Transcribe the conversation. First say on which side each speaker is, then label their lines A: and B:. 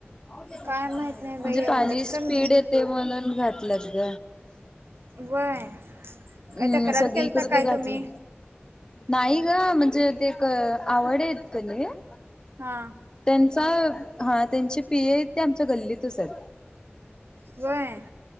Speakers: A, on the left; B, on the right.
A: म्हणजे
B: काय माहित नाही बाई एवढं
A: पाणी स्पीड
B: तर
A: येते म्हणून घातलंत ग.
B: वय काय
A: हम्
B: तक्रार
A: सगळीकडे
B: केलता काय
A: ते घातलं.
B: तुम्ही
A: नाही ग म्हणजे ते क आवड येतं त्याने -
B: हा
A: त्यांचा हा त्यांचे पी ए ते आमच्या गल्लीतच आहेत.
B: व्हय...